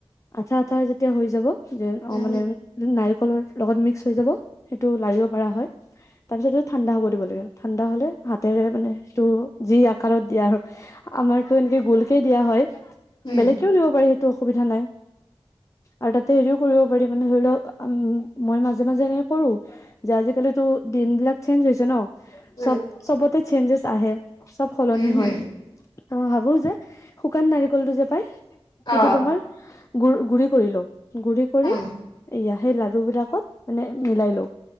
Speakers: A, on the left (about 30°); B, on the left (about 55°).
A: আঠা-আঠা যেতিয়া হৈ যাব। যেন
B: হুম
A: অ' মানে নাৰ কলৰ লগত মিক্স হৈ যাব, সেইটো লাৰিব পাৰা হয়। তাৰ পিছত সেটো ঠাণ্ডা হ'ব দিব লাগিব। ঠাণ্ডা হ'লে হাতেৰে মানে সেইটো যি আকাৰত দিয়া আৰু আমাৰতো এনেকে গোলকেই দিয়া হয়।
B: হুম
A: বেলেগকেও দিব পাৰে। তো অসুবিধা নাই আৰু তাতে এনেও কৰিব পাৰি, মানে ধৰি লওঁক। উম, মই মাজে মাজে এনে কৰোঁ, যে আজিকালিতো দিন বিলাক চেঞ্জ হৈছে ন
B: হুম
A: চ'ব চবতে চেঞ্জেছ আহে। চ'ব সলনি
B: হুম হুম
A: হয়। অ' ভাবোঁ যে শুকান নাৰিকলটো যে পাই।
B: অ
A: সেইটো
B: অ
A: তোমাৰ গুড় গুড়ি কৰি লওঁ। গুড়ি কৰি
B: অ
A: এইয়া। সেই লাডো বিলাকত মানে মিলাই লওঁ।